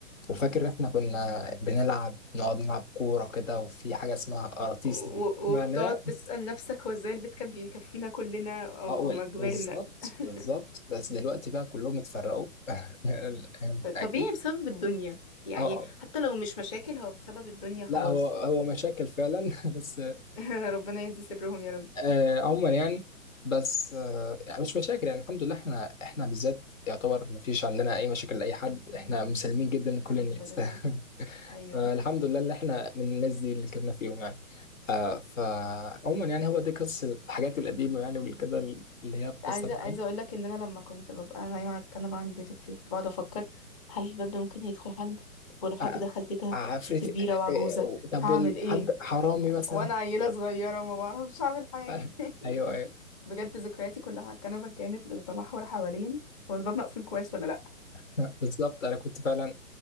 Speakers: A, on the left; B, on the left.
A: وفاكر احنا كنا بنلعب نقعد نلعب كورة كده وفي حاجة اسمها قراطيس
B: و-
A: لما
B: و-
A: معناها
B: وبتقعد تسأل نفسك هو ازاي البيت كان بيكفينا كلنا أو
A: اه وال-
B: ما
A: بالظبط
B: كبرنا <laughs>
A: بالظبط بس دلوقتي بقى كلهم اتفرقوا <laughs> أنت اكيد
B: طبيعي بسبب الدنيا يعني
A: اه آه.
B: حتى لو مش مشاكل هو بسبب الدنيا خلاص
A: لا هو هو مشاكل فعلا <laughs> بس
B: <laughs> ربنا يهدي سرهم يا رب
A: آه عموما يعني بس آه يعني مش مشاكل يعني الحمد لله احنا احنا بالذات يعتبر ما فيش عندنا اي مشاكل لاي حد احنا مسلمين جدا لكل
B: الحمد
A: الناس
B: لله
A: <laughs>
B: ايوه
A: فالحمد لله اللي احنا من الناس دي اللي كنا فيهم يعني آه فعموما يعني هو دي قصة الحاجات القديمة يعني والكده اللي هي بتأثر
B: عايزه عايزه
A: معاك
B: اقول لك ان انا لما كنت ببقى نايمه على الكنبه عندي تيتا كتير كنت بقعد افكر هل الباب ده ممكن يدخل حد طب ولو حد
A: آه
B: دخل تيتا
A: آه، عفريت
B: ست كبيره
A: آه
B: وعجوزه
A: طب
B: هعمل
A: والحد
B: ايه
A: حرامي مثلا
B: وانا عيله صغيره وما بعرفش اعمل حاجه
A: آه ايوه ايوه
B: <laughs> بجد ذكرياتي كلها على الكنبه كانت بتتمحور حوالين هو الباب مقفول كويس ولا لا
A: <laughs> بالظبط انا كنت فعلا